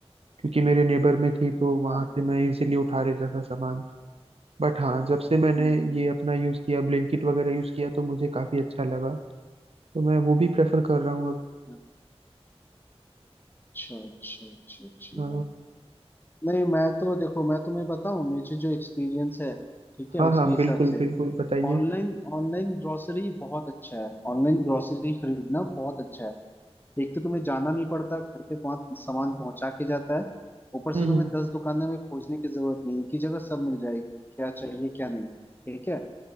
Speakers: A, on the right; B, on the left.
A: क्योंकि मेरे नेबर में थी तो वहां
B: हाँ
A: से मैं इजीली उठा लेता था सामान बट हाँ जब से मैंने
B: हम्म,
A: ये अपना यूज़ किया ब्लिंकिट वगैरह यूज़ किया तो मुझे काफ़ी अच्छा लगा तो मैं वो भी प्रेफर कर रहा हूँ अब
B: हाँ। अच्छा अच्छा अच्छा अच्छी
A: अ,
B: बात नहीं मैं तो देखो मैं तुम्हें बताऊं मुझे जो एक्सपीरियंस है ठीक है
A: हाँ
B: उसके
A: हाँ
B: हिसाब
A: बिल्कुल
B: से
A: बिल्कुल बताइए
B: ऑनलाइन ऑनलाइन ग्रोसरी बहुत अच्छा है ऑनलाइन ग्रोसरी खरीदना बहुत अच्छा है एक तो तुम्हें जाना नहीं पड़ता घर पे पाँच सामान पहुंचा के जाता है ऊपर
A: हम्म
B: से तुम्हें
A: हम्म।
B: दस दुकानों में खोजने की जरूरत नहीं एक ही जगह सब मिल जाएगी क्या चाहिए क्या नहीं ठीक है